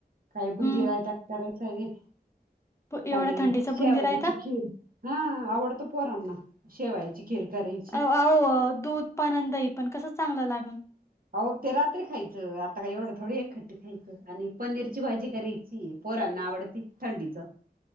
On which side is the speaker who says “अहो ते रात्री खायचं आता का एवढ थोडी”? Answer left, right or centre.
Right